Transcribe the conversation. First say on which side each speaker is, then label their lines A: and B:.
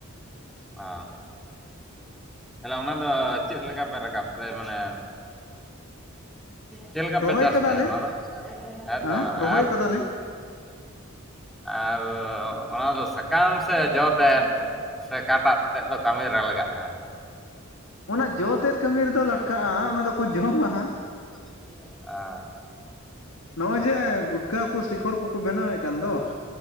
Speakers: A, in the centre; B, on the left.
A: ᱚ ᱛᱟᱦᱞᱮ ᱚᱱᱟ ᱫᱚ ᱪᱮᱫ ᱞᱮᱠᱟ ᱯᱮ ᱨᱟᱠᱟᱵ ᱫᱟ ᱢᱟᱱᱮ ᱪᱮᱫ ᱞᱮᱠᱟ
B: ᱨᱚᱦᱚᱭ
A: ᱯᱮ ᱪᱟᱥ
B: ᱠᱟᱫᱟᱞᱮ
A: ᱛᱟᱦᱮᱫ ᱚᱱᱟ ᱫᱚ ᱦᱮᱸᱛᱚ
B: ᱦᱮᱸ ᱨᱚᱦᱚᱭ
A: ᱟᱨ
B: ᱠᱟᱫᱟᱞᱮ
A: <inaudible> ᱟᱨ ᱚᱱᱟ ᱫᱚ ᱥᱟᱠᱟᱢ ᱥᱮ ᱡᱚ ᱛᱮᱫ ᱥᱮ ᱮᱠᱟᱴᱟᱜ ᱛᱮᱫ ᱫᱚ ᱠᱟᱹᱢᱤ ᱨᱮ ᱞᱟᱜᱟᱜᱼ ᱦᱮᱸ
B: ᱚᱱᱟ ᱡᱚ ᱛᱮᱫ ᱠᱟᱹᱢᱤ ᱨᱮᱫᱚ ᱞᱟᱜᱟᱜᱼᱟ ᱚᱱᱟ ᱫᱚᱠᱚ ᱡᱚᱢᱟ
A: <inaudible> ᱚ
B: ᱱᱚᱜᱼᱚᱭ ᱡᱮ ᱜᱩᱴᱠᱟ ᱠᱚ ᱥᱤᱠᱚᱨ ᱠᱚᱠᱚ ᱵᱮᱱᱟᱣᱮᱫ ᱠᱟᱱ ᱫᱚ